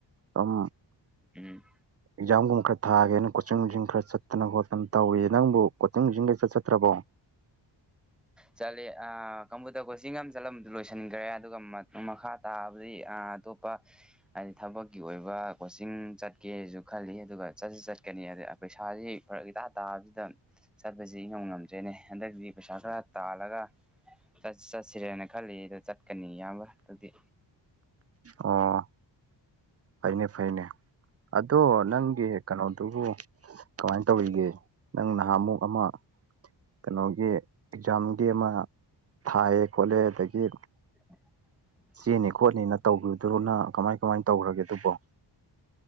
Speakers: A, on the right (about 35°); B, in the centre.
A: ꯁꯨꯝ
B: ꯎꯝ
A: <inaudible> ꯑꯦꯛꯖꯥꯝꯒꯨꯝꯕ ꯈꯔ ꯊꯥꯒꯦꯅ ꯀꯣꯆꯤꯡ ꯅꯨꯆꯤꯡ ꯈꯔ ꯆꯠꯇꯅ ꯈꯣꯠꯇꯅ ꯇꯧꯏ ꯅꯪꯕꯨ ꯀꯣꯆꯤꯡ ꯅꯨꯆꯤꯡꯒ ꯏꯆꯠ ꯆꯠꯇ꯭ꯔꯕꯣ
B: ꯆꯠꯂꯦ ꯑꯥ ꯀꯝꯄꯨꯇꯔ ꯀꯣꯆꯤꯡ ꯑꯃ ꯆꯠꯂꯝꯕꯗꯨ ꯂꯣꯏꯁꯤꯟꯒ꯭ꯔꯦ ꯑꯗꯨꯒ ꯃꯈꯥ ꯇꯥꯕꯗꯤ ꯑꯥ ꯇꯣꯞꯄ ꯍꯥꯏꯗꯤ ꯊꯕꯛꯀꯤ ꯑꯣꯏꯕ ꯀꯣꯆꯤꯡ ꯆꯠꯀꯦꯖꯨ ꯈꯜꯂꯤ ꯑꯗꯨꯒ ꯆꯠꯁꯨ ꯆꯠꯀꯅꯤ ꯑꯗ ꯄꯩꯁꯥꯖꯤ ꯐꯔꯛ ꯏꯇꯥ ꯇꯥꯕꯖꯤꯗ ꯆꯠꯄꯖꯤ ꯏꯉꯝ ꯉꯝꯗ꯭ꯔꯦꯅꯦ ꯍꯟꯗꯛꯇꯤ ꯄꯩꯁꯥ ꯈꯔ ꯇꯥꯜꯂꯒ ꯆꯠ ꯆꯠꯁꯤꯔꯅ ꯈꯜꯂꯤ ꯑꯗꯣ ꯆꯠꯀꯅꯤ ꯏꯌꯥꯝꯕ ꯑꯗꯨꯗꯤ
A: ꯑꯣ ꯐꯩꯅꯦ ꯐꯩꯅꯦ ꯑꯗꯣ ꯅꯪꯒꯤ ꯀꯩꯅꯣꯗꯨꯕꯨ ꯀꯃꯥꯏꯟ ꯇꯧꯔꯤꯒꯦ ꯅꯪ ꯅꯍꯥꯟꯃꯨꯛ ꯑꯃ ꯀꯩꯅꯣꯒꯤ ꯑꯦꯛꯖꯥꯝꯒꯤ ꯑꯃ ꯊꯥꯏꯌꯦ ꯈꯣꯠꯂꯦ ꯑꯗꯒꯤ
B: <unintelligible>
A: ꯆꯦꯅꯤ ꯈꯣꯠꯅꯤꯅ ꯇꯧꯒꯤꯕꯗꯨꯕꯨ ꯅꯪ ꯀꯃꯥꯏ ꯀꯃꯥꯏ ꯇꯧꯒ꯭ꯔꯒꯦ ꯑꯗꯨꯕꯣ